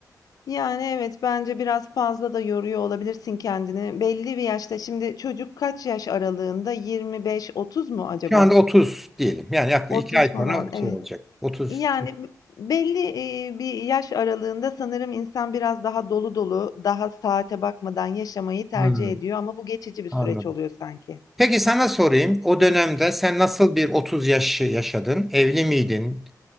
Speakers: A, on the left; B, in the centre.
A: Yani evet bence biraz fazla da yoruyor olabilirsin kendini. Belli bir yaşta şimdi çocuk kaç yaş aralığında? 25-30 mu acaba?
B: Şu anda 30 diyelim. Yani yaklaşık
A: 30
B: 2 ay sonra
A: falan evet.
B: şey olacak. 30.
A: Yani belli e, bir yaş aralığında sanırım insan biraz daha dolu dolu, daha saate bakmadan yaşamayı tercih
B: Hmm,
A: ediyor ama bu geçici bir süreç
B: anladım.
A: oluyor sanki.
B: Peki sana sorayım. O dönemde sen nasıl bir 30 yaşı yaşadın? Evli miydin?